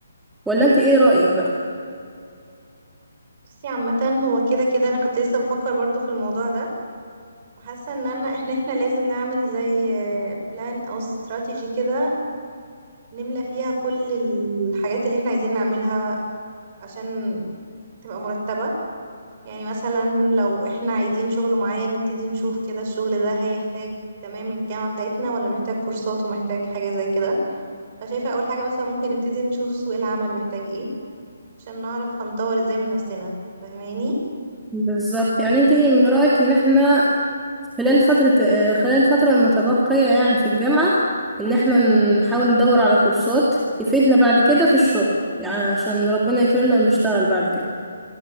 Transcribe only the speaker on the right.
بصي عامه هو كده كده انا كنت لسه بفكر برضو في الموضوع ده وحاسه ان انا احنا احنا لازم نعمل زي بلان او استراتيجي كده نملى فيها كل الحاجات اللي احنا عايزين نعملها عشان تبقى مرتبه يعني مثلا لو احنا عايزين شغل معين نبتدي نشوف كده الشغل ده هيحتاج تمام الجامعه بتاعتنا ولا محتاج كورسات ومحتاج حاجه زي كده فشايفه اول حاجه مثلا ممكن نبتدي نشوف سوق العمل محتاج ايه عشان نعرف هنطور ازاي من نفسنا فاهماني